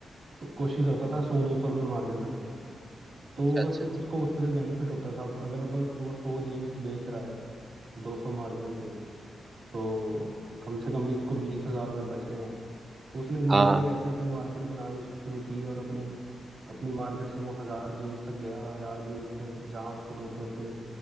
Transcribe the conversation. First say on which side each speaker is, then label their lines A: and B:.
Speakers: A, on the right (about 60°); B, on the right (about 35°).
A: को- कोशिश करता था सौ दो सौ रुपये मार्जिन रख के तो
B: अच्छा
A: बस उसको
B: अच्छा
A: उसमें से बेनिफिट होता था अगर अब वो सौ जीन्स बेच रहा है दो सौ मार्जिन से तो कम से कम भी उसको बीस हजार रुपये बच रहे हैं तो उसने धीरे
B: हाँ
A: धीरे ऐसे अपनी मार्केट बनानी शुरू की और अपने अपनी मार्केट से वो हजार जीन्स तक गया हजार जीन्स में जहां उसको दो सौ रुपये